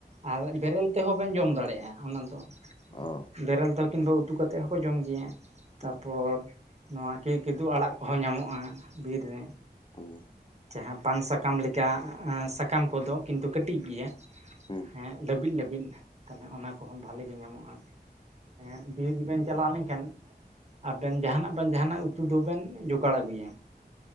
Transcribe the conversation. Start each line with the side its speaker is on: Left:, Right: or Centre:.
Right: ᱟᱨ ᱵᱮᱨᱮᱞ ᱛᱮᱦᱚᱸ ᱵᱮᱱ ᱡᱚᱢ ᱫᱟᱲᱮᱭᱟᱜᱼᱟ ᱚᱱᱟ ᱫᱚ
Left: ᱚ
Right: ᱵᱮᱨᱮᱞ ᱛᱮᱦᱚᱸ ᱠᱤᱢᱵᱟ ᱩᱛᱩ ᱩᱛᱩ ᱠᱟᱛᱮᱫ ᱦᱚᱠᱚ ᱡᱚᱢ ᱜᱮᱭᱟ ᱛᱟᱯᱚᱨ
Left: ᱦᱩᱸ
Right: ᱱᱚᱣᱟ ᱠᱤ ᱠᱤᱫᱩ ᱟᱲᱟᱜ ᱠᱚᱦᱚᱸ ᱧᱟᱢᱚᱜᱼᱟ ᱵᱤᱨ ᱨᱮ
Left: ᱦᱩᱸ
Right: ᱡᱟᱦᱟᱸ ᱯᱟᱱ ᱥᱟᱠᱟᱢ ᱥᱟᱠᱟᱢ ᱞᱮᱠᱟ ᱥᱟᱠᱟᱢ ᱠᱚᱫᱚ ᱠᱤᱱᱛᱩ ᱠᱟᱹᱴᱤᱡ ᱜᱮᱭᱟ
Left: ᱦᱩᱸ
Right: ᱦᱮ ᱞᱟᱹᱵᱤᱫ ᱞᱟᱹᱵᱤᱫ ᱛᱟᱦᱞᱮ ᱚᱱᱟ ᱠᱚᱦᱚᱸ ᱵᱷᱟᱞᱤ ᱜᱮ ᱧᱟᱢᱚᱜᱼᱟ᱾ ᱦᱮᱸ ᱵᱤᱨ ᱵᱮᱱ ᱪᱟᱞᱟᱣ ᱞᱮᱱᱠᱷᱟᱱ ᱟᱵᱮᱱ ᱡᱟᱦᱟᱱᱟᱜ ᱵᱮᱱ ᱡᱟᱦᱟᱱᱟᱜ ᱩᱛᱩ ᱫᱚᱵᱮᱱ ᱡᱚᱜᱟᱲ ᱟᱹᱜᱩᱭᱟ᱾